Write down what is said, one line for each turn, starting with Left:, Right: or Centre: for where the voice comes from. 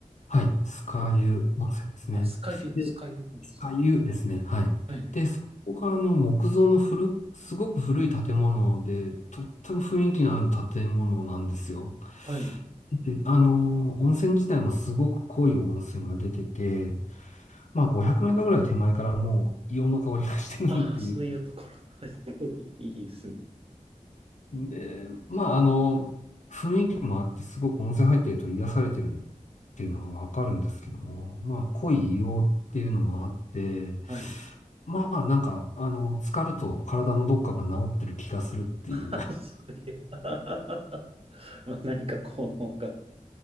Left: はい。酸ヶ湯温泉ですね。
Right: ほら、あ、スカユ、
Left: で、
Right: スカユ温泉。
Left: 酸ヶ湯ですね。はい。
Right: はい、
Left: で、そこがあの、木造の古、すごく古い建物で、とっても雰囲気のある建物なんですよ。
Right: はい。
Left: で、あの、温泉自体もすごく濃い温泉が出てて、まあ500メートルぐらい手前からもう硫黄の香りがしてくるっていう
Right: ああ、そういうところ。<laughs> はい、<laughs> すごいいいですね。
Left: で、まあ、あの、時もあってすごく温泉入ってると癒されてるっていうのはわかるんですけども、まあ、濃い硫黄っていうのもあって、
Right: はい。
Left: まあ、なんか、あの、浸かると体のどっかが治ってる気がするっていう、
Right: あそういう
Left: <laughs>
Right: <laughs> まあ何か効能があっ